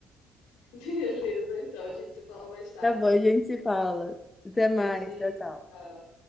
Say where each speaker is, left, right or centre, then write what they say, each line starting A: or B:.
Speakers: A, on the left; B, on the left.
A: <laughs> Beleza, então, a gente se fala mais tarde.
B: Tá bom, a gente se fala. Até mais,
A: Beijinho.
B: tchau, tchau.
A: Tchau.